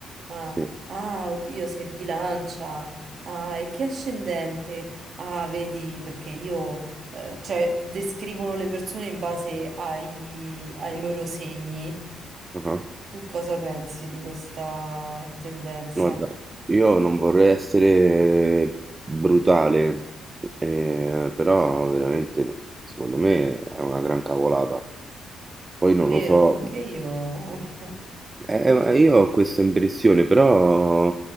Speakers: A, on the right (about 55°); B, on the right (about 25°).
A: Ah,
B: sì.
A: ah, oddio, sei bilancia. Ah, e che ascendente? Ah, vedi, perché io, eh, cioè, descrivono le persone in base ai ai loro segni.
B: Ah-ah.
A: Tu cosa pensi di questa tendenza?
B: Guarda, io non vorrei essere brutale, eh, però veramente no- secondo me è una gran cavolata. Poi
A: Vero,
B: non lo so.
A: anche io.
B: Eh, ma io ho questa impressione, però